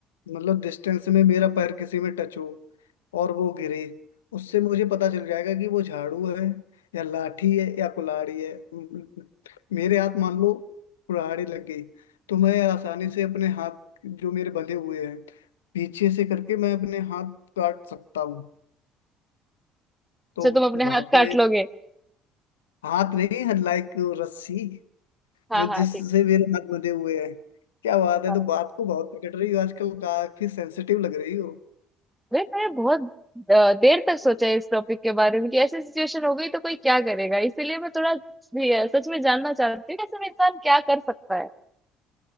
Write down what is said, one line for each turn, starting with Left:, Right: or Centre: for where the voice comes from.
Left: मतलब डिस्टेंस में मेरा पैर किसी में टच हो और वो गिरे उससे मुझे पता चल जाएगा कि वो झाड़ू है या लाठी है या कुल्हाड़ी है म- मेरे हाथ मान लो कुल्हाड़ी लग गई तो मैं आसानी से अपने हाथ जो मेरे बंधे हुए हैं पीछे से करके मैं अपने हाथ काट सकता हूँ
Centre: अच्छा
Left: तो
Centre: तुम अपने
Left: वहां
Centre: हाथ
Left: पे
Centre: काट लोगे
Left: हाथ नहीं है लाइक रस्सी
Centre: हाँ
Left: जो
Centre: हाँ
Left: जिससे
Centre: ठीक है
Left: मेरे हाथ बंधे हुए हैं क्या बात है
Centre: हाँ
Left: तो बात को बहुत पकड़ रही हो आजकल काफी सेंसिटिव लग रही हो
Centre: अरे मैंने बहुत अ, देर तक सोचा इस टॉपिक के बारे में कि ऐसी सिचुएशन हो गई तो कोई क्या करेगा इसीलिए मैं थोड़ा भी, अ, सच में जानना चाहती हूँ कि असल में इंसान क्या कर सकता है